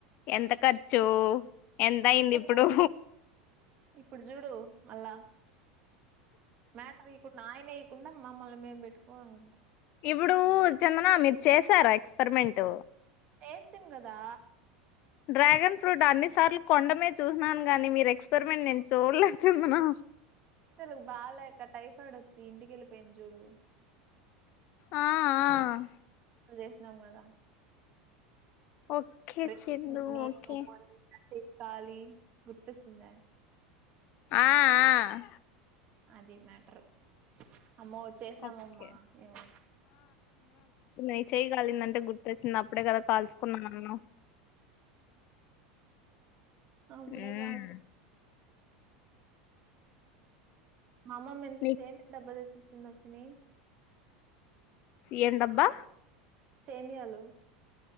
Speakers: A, on the left; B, on the right.
A: ఎంత ఖర్చు అయింది
B: ఎంత
A: ఇప్పుడు
B: ఖర్చ ఇప్పుడు చూడు అలా మ్యాటర్ ఇయకుండా ఆయన ఇయకుండా మమ్మల్ని మేం పెట్టుకోవాలంట
A: ఇప్పుడు చందనా మీరు చేసారా ఎక్స్పెరిమెంట్
B: వేస్తిమ్ కదా
A: డ్రాగన్ ఫ్రూట్ అన్నిసార్లు కొండమీద చూసినాను గాని మీరు ఎక్స్పరిమెంట్ నేను చూడలేదు చందనా
B: లు బాలేక టైఫాయిడ్ వచ్చి ఇంటికి వెళ్ళిపోయింది చూడు
A: ఆ ఆ
B: చేసినం కదా
A: ఓకే
B: ప్ర
A: చందు
B: నేను
A: ఓకే
B: పోయి కాలి గుర్తొచ్చిందా
A: ఆ ఆ
B: అది మ్యాటరు అమ్మో చేసాం
A: ఓకే
B: అమ్మ ఏమం
A: నేను చేయగలిందంటే గుర్తొచ్చింది అప్పుడే కదా కాల్చుకున్నానన్నావ్
B: అప్పుడే
A: ఉమ్
B: కా మా అమ్మమ్మ ఎంత
A: నీక్
B: సేమ్ డబ్బా తెచ్చిచ్చిం దర్శని
A: ఏం డబ్బా
B: సేమీయాలు